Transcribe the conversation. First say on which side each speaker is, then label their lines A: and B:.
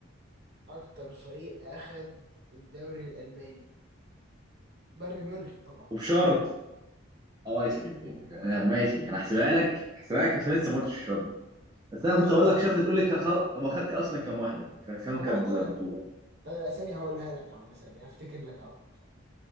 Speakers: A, on the right (about 50°); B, on the right (about 20°).
A: اكتر فريق اخد الدوري الالماني بايرن ميونخ طبعا
B: وبشرط اه يخرب بيتك آه ماشي انا هحسبها لك هحسبها لك عشان لسه ما قلتش الشرط بس انا
A: ايش
B: كنت اقول
A: تعرف
B: لك شرط تقول لي خ- خل... هو خد اصلا كام واحدة خ- كام
A: كم
B: كانت
A: واحدة
B: بطولة
A: طيب، لا. طب الاسامي هقولها لك يا عم ثانية هفتكر لك اهو